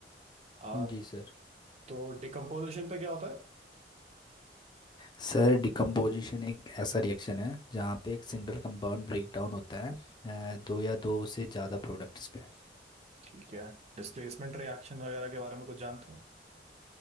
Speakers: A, on the right; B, on the left.
A: आ,
B: जी सर
A: तो डिकम्पोजिशन पे क्या होता है
B: सर डिकम्पोजिशन एक ऐसा रिएक्शन है जहाँ पे एक सिंगल कंपाउंड ब्रेक डाउन होता है अ, दो या दो से ज़्यादा प्रोडक्ट्स पे
A: ठीक है डिस्प्लेसमेंट रिएक्शन वगैरह के बारे में कुछ जानते हो